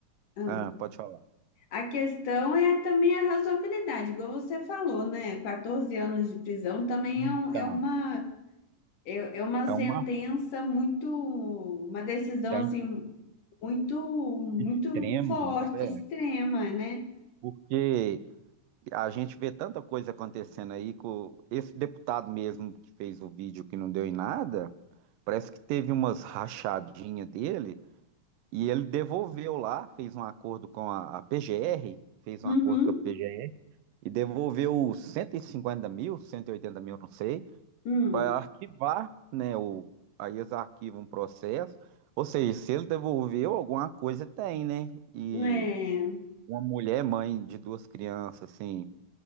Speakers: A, on the left (about 65°); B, on the right (about 80°).
A: Ah,
B: Ah, pode falar.
A: A questão é também a razoabilidade, igual você falou, né? 14 anos de prisão também
B: Então,
A: é, um- é uma, é, é uma sentença
B: é uma
A: muito, uma decisão
B: da
A: assim,
B: in-
A: muito, muito
B: extrema,
A: forte,
B: não parece?
A: extrema, né?
B: Porque a gente vê tanta coisa acontecendo aí com esse deputado mesmo que fez o vídeo que não deu em nada, parece que teve umas rachadinhas dele e ele devolveu lá, fez um acordo com a, a PGR, fez um
A: Uhum,
B: acordo com a PGR e devolveu 150 mil, 180 mil, não sei,
A: hum,
B: para arquivar, né? O, aí eles arquivam um processo. Ou seja, se ele devolveu, alguma coisa tem, né? E
A: é,
B: uma mulher, mãe de duas crianças, assim,